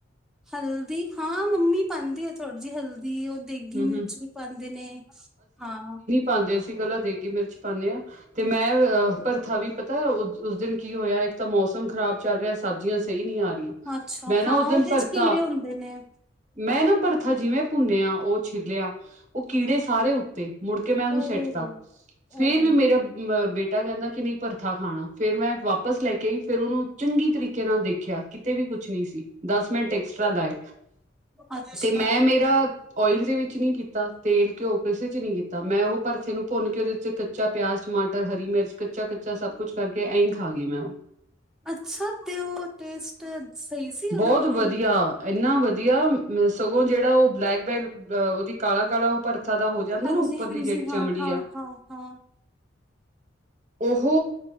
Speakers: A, in the centre; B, on the right (about 35°).
A: ਹਲਦੀ ਹਾਂ ਮੰਮੀ ਪਾਦੇ ਹੈ ਥੋੜੀ ਜਿਹੀ ਹਲਦੀ ਦੀ ਉਹ ਦੇਗੀ
B: ਹੂੰ
A: ਮਿਰਚ
B: ਹੂੰ
A: ਵੀ ਪਾਦੇ ਨੇ ਹਾਂ
B: ਹਾਂਜੀ ਅਸੀਂ ਇਕਹਿਲਾਾਂ ਦੇਗੀ ਮਿਰਚ ਪਾਉਂਦੇ ਹਾਂ ਤੇ ਮੈਂ ਅਹ ਭਰਥਾ ਵੀ ਪਤਾ ਉਸ ਦਿਨ ਕੀ ਹੋਇਆ ਇੱਕ ਤਾਂ ਮੌਸਮ ਖ਼ਰਾਬ ਚੱਲ ਰਿਹਾ ਸੀ ਸਬਜ਼ੀਆਂ ਸਹੀ ਨਹੀਂ ਆ ਰਹੀਆਂ
A: ਅੱਛਾ
B: ਮੈਂ ਨਾ
A: ਹਾਂ
B: ਉਸ ਦਿਨ
A: ਉਹਦੇ
B: ਭਰਥਾ
A: ਚ ਕੀੜੇ ਹੁੰਦੇ ਨੇ
B: ਮੈਂ ਨਾ ਪਰਥਾ ਜਿਵੇਂ ਭੁੰਨਿਆ ਉਹ ਛਿੱਲਿਆ ਉਹ ਕੀੜੇ ਸਾਰੇ ਉੱਤੇ ਮੁੜ ਕੇ ਮੈਂ ਉਹਨੂੰ
A: ਉਹ
B: ਸਟੈਟਾਤ ਫੇਰ
A: ਉਹ
B: ਵੀ ਮੇਰਾ ਬੇ ਏਹ ਕਹਿੰਦਾ ਕਿ ਨਹੀਂ ਭਰਥਾ ਖਾਣਾ ਫੇਰ ਮੈਂ ਵਾਪਸ ਲੈ ਕੇ ਆਈ ਫੇਿਰ ਉਹਨੂੰ ਚੰਗੀ ਤਰੀਕੇ ਨਾਲ ਦੇਖ ਖਿਆ ਕਿਤੇ ਵੀ ਕੁਛ ਨਹੀਂ ਸੀ ਦਸ ਮਿੰਟ ਐਕਸਟਰਾ ਲਾਏ
A: ਅੱਛਾ।
B: ਤੇ ਮੈਂ ਮੇਰਾ ਓਇਲ ਦੇ ਵਿੱਚ ਨੀ ਕੀਤਾ ਤੇਲ ਘਿਓ ਕਿਸੇ ਚ ਨੀ ਕੀਤਾ ਮੈਂ ਉਹ ਭਰਥੇ ਨੂੰ ਭੁੰਨ ਕੇ ਉਹਦੇ ਚ ਕੱਚਾ ਪਿਆਜ ਟਮਾਟਰ ਹਰੀ ਮਿਰਚ ਕੱਚਾ ਕੱਚਾ ਸਭ ਕੁਛ ਕਰਕੇ ਇਹੀਂ ਖਾ ਗਈ ਮੈਂ ਉਹ
A: ਅੱਛਾ ਤੇ ਉਹ ਟੇਸਟ ਸਹੀ ਸੀ ਉਹਦਾ
B: ਬਹੁਤ
A: ਮਤਲਬ
B: ਵਧੀਆ ਇੰਨਾ ਵਧੀਆ ਸਗੋਂ ਜਿਹੜਾ ਉਹ ਬਲੈਕ ਬੈਕ ਉਹਦੀ ਕਾਲਾ ਕਾਲਾ ਉਹ ਪਰਰਥਾ ਦਾ ਹੋ ਜਾਂਦਾ
A: ਹਾਂਜੀ
B: ਨਾ ਉੱਪਰਲੀ
A: ਹਾਂਜੀ
B: ਜਿਹੜੀ ਚਮੜੀ
A: ਹਾਂ ਹਾਂ
B: ਆ
A: ਹਾਂ ਹਾਂ
B: ਉਹ